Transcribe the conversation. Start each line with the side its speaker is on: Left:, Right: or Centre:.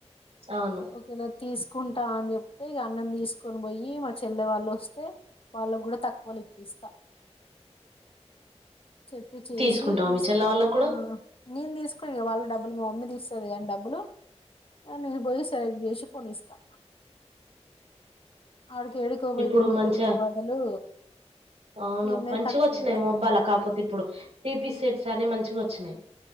Right: అవును
Left: ఓకేలా తీసు తీసుకుంటా అని చెప్తే ఇక అన్నం తీసుకొని పోయి మా చెల్లె వాళ్ళు వస్తే వాళ్ళకి కూడా తక్కువలు ఇప్పిస్తా చెప్పి చేసి
Right: తీసుకుంటావా
Left: తీసుకుంటా
Right: మీ చెల్ల వాళ్ళకు కూడా
Left: ఆ నేను తీసుకుని వాళ్ళ డబ్బులు మీ మమ్మీ తీస్తుది కానీ డబ్బులు నేను పోయి సైగ చేసి కొనిస్తా వాడికి ఏడుకోబయి
Right: ఇప్పుడు
Left: కొనుక్కకునే
Right: మంచిగా
Left: బదులు
Right: అవును
Left: ఈన్నే
Right: మంచిగా
Left: తక్కువ
Right: వచ్చినాయి
Left: ఉన్నది
Right: ముబ్బాల లా కాకపోతే ఇప్పుడు తి పిసె సరే మంచిగా వచ్చినాయి